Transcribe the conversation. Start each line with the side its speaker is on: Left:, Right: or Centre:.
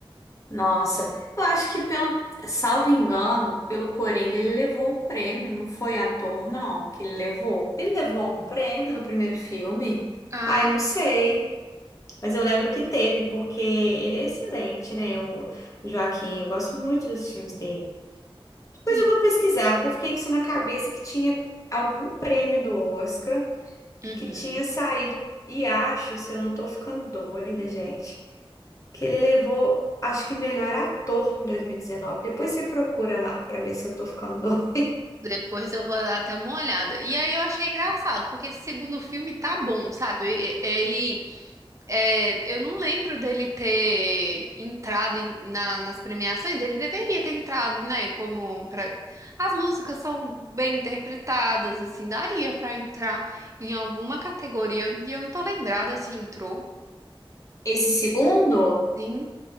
Left: Nossa, eu acho que pelo, salvo engano, pelo Coringa ele levou o prêmio, não foi ator, não, que ele levou. Ele levou algum prêmio no primeiro filme?
Right: Ah,
Left: Ai,
Right: eu
Left: não sei, mas eu lembro que teve, porque ele é excelente, né? O, o Joaquim, eu gosto muito dos filmes dele. Depois
Right: sim.
Left: eu vou pesquisar, porque eu fiquei com isso na cabeça que tinha algum prêmio do Oscar
Right: Uhum.
Left: que tinha saído, e acho, se eu não tô ficando doida, gente que ele levou, acho que melhor ator em 2019. Depois você procura lá pra ver se eu tô ficando <laughs> doida.
Right: Depois eu vou dar até uma olhada. E aí eu achei engraçado, porque esse segundo filme tá bom, sabe? E- Ele, é, eu não lembro dele ter entrado em- na- nas premiações. Ele deveria ter entrado, né? Como pra... As músicas são bem interpretadas, assim, daria pra entrar em alguma categoria. E eu não tô lembrada se entrou.
Left: Esse segundo,
Right: Sim.